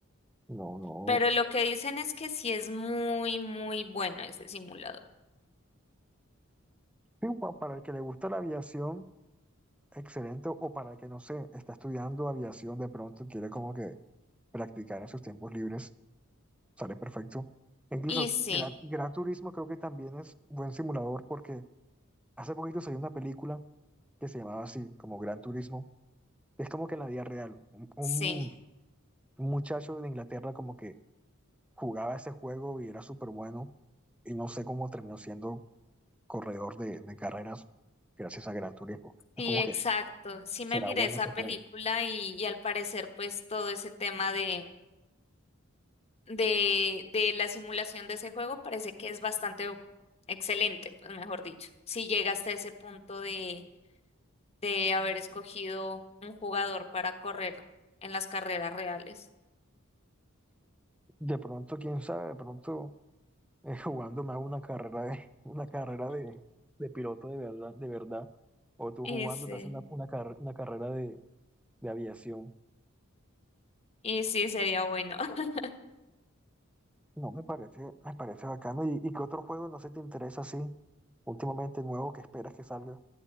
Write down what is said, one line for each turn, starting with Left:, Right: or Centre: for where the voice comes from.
Centre: No, no.
Left: Pero lo que dicen es que sí es muy, muy bueno ese simulador.
Centre: Sí, pa- para el que le gusta la aviación, Excelente, o para el que no sé, está estudiando aviación de pronto, quiere como que practicar en sus tiempos libres, sale perfecto. E Incluso
Left: Y sí,
Centre: Gran, Gran Turismo creo que también es buen simulador porque hace poquito salió una película que se llamaba así, como Gran Turismo, que es como que en la vida real, un, un-
Left: sí,
Centre: un muchacho de Inglaterra como que jugaba ese juego y era súper bueno y no sé cómo terminó siendo corredor de, de carreras gracias a Gran Turismo.
Left: sí,
Centre: Es como
Left: exacto.
Centre: que
Left: Sí me
Centre: será
Left: miré
Centre: bueno
Left: esa
Centre: ese
Left: película
Centre: juego.
Left: y, y al parecer pues todo ese tema de de, de la simulación de ese juego parece que es bastante excelente, pues mejor dicho. Si llega hasta ese punto de, de haber escogido un jugador para correr en las carreras reales.
Centre: De pronto, quién sabe, de pronto eh, <laughs> jugando me hago una carrera de, una carrera de, de piloto de verdad, de verdad. O tú
Left: Y
Centre: jugando
Left: sí,
Centre: te haces una, una, carre- una carrera de, de aviación.
Left: y sí, sería bueno. <laughs>
Centre: No, me parece, me parece bacano. ¿Y, y qué otro juego no se te interesa así? Últimamente nuevo que esperas que salga.